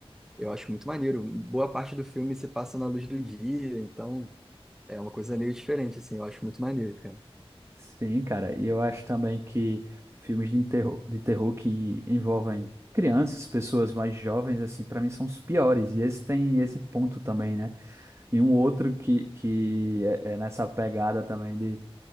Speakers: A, in the centre; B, on the right (about 25°).
A: eu acho muito maneiro. Boa parte do filme se passa na luz do dia, então é uma coisa meio diferente, assim. Eu acho muito maneiro, cara.
B: Sim, cara, e eu acho também que filmes de terror, de terror que envolvem crianças, pessoas mais jovens, assim, pra mim são os piores. E esse tem esse ponto também, né? E um outro que, que é, é nessa pegada também